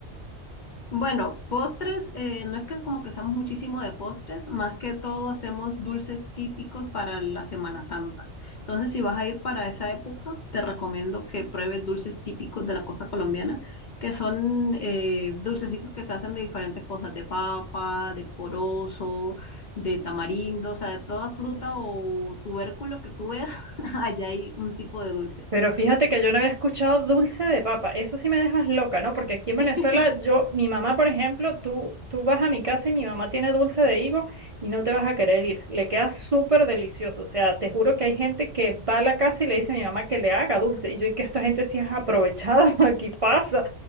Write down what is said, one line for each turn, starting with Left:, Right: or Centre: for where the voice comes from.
Left: Bueno, postres, eh, no es que como que hacemos muchísimo de postres, más que todo hacemos dulces típicos para la Semana Santa. Entonces, si vas a ir para esa época, te recomiendo que pruebes dulces típicos de la costa colombiana, que son eh, dulcecitos que se hacen de diferentes cosas, de papa, de corozo, de tamarindo, o sea, de toda fruta o tubérculo que tú veas, <laughs> allá hay un tipo de dulce.
Right: Pero fíjate que yo no había escuchado dulce de papa. Eso sí me dejas loca, ¿no? Porque aquí en Venezuela,
Left: <laughs>
Right: yo, mi mamá, por ejemplo, tú, tú vas a mi casa y mi mamá tiene dulce de higo y no te vas a querer ir. Le queda súper delicioso. O sea, te juro que hay gente que va a la casa y le dice a mi mamá que le haga dulce. Y yo, y que esta gente sí es aprovechada, <laughs> aquí pasa,